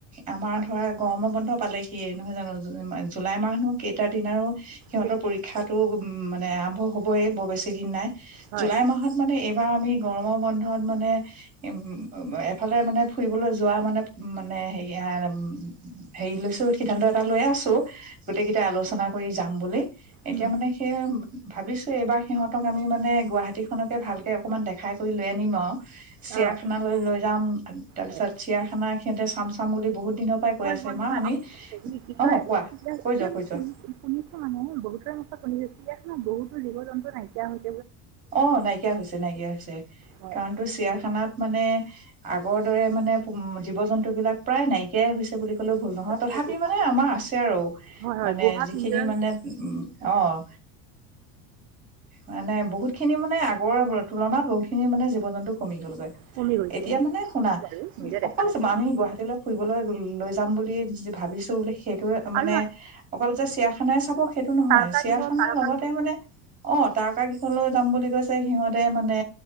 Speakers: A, on the right; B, on the right.
A: আমাৰ
B: হয়
A: ধৰা গৰমৰ বন্ধ পালেহিয়ে। নহয় জানো, জুলাই মাহনো আৰু কেইটা দিন আৰু সিহঁতৰ
B: দে-
A: পৰীক্ষা উম, মানে আৰম্ভ হ'বয়ে বৰ বেছি দিন নাই।
B: হয়
A: জুলাই মাহত মানে এইবাৰ আমি গৰমৰ বন্ধত মানে উম, এফালে মানে ফুৰিবলৈ যোৱা মানে, মানে হেৰি, আ-হেয়ি লৈছো সিদ্ধান্ত এটা লৈ আছোঁ। গোটেই কিটাই আলোচনা কয়ি যাম বুলি। এতিয়া
B: উম,
A: মানে সেইয় ভাবিছোঁ, এইবাৰ সিহঁতক আমি মানে গুৱাহাটীখনকে ভালকে অকণমান দেখাই কৰি লৈ আনিম আউ। চিৰিয়াখানা
B: অঁ
A: লৈ, লৈ যাম, তাৰ
B: হয়
A: পিছত চিৰিয়াখানা সিহঁতে চাম চাম বুলি বহুত দিনৰ পৰাই কৈ
B: হয়,
A: আছে
B: হয়,
A: মা
B: হয়,
A: আমি
B: ‌হেৰি কি
A: অ
B: কই
A: কোৱা
B: <unintelligible>
A: কৈ যোৱা কৈ যোৱা
B: শুনিছোঁ মানে বহুতৰ মুখত এতিয়া চিৰিয়াখানাত বহুতো জীৱ জন্তু নাইকিয়া হৈছ
A: অ', নাইকিয়া হৈছে, নাইকিয়া হৈছে
B: হয়
A: কাৰণটো চিৰিয়াখানাত মানে আগৰ দৰে মানে জীৱ জন্তু বিলাক প্ৰায় নাই নাইকীয়া হৈছে বুলি ক'লেও ভুল নহয়, তথাপি
B: হয় গুহা
A: মানে আমাৰ আছে আৰু,
B: হয় হয়
A: মানে
B: গুহা
A: যিখিনি
B: পিঞ্জৰাৰ
A: মানে
B: ভিতৰত
A: উম, অ' মানে বহুত খিনি মানে আগৰ তুলনাত বহুতখিনি মানে জীৱ জন্তু কমিল
B: কমি গৈছে
A: এতিয়া মানে শুনা,
B: বাৰু নিজে দেখা
A: অকল
B: নাই বাৰু
A: আমি গুৱাহাটীলৈ ফুৰিবলৈ বুলি লৈ যাম বুলি ভাবিছো বোলে সেই এই মানে
B: আৰু
A: অকল যে চিৰিয়াখানা ই চাব সেইটো নহয়
B: তাৰকাগৃহ
A: চিৰিখানাৰ
B: তাৰকা
A: লগতে মানে অ', তাৰকা গৃহলৈ যাম বুলি কৈছে সিহঁতে মানে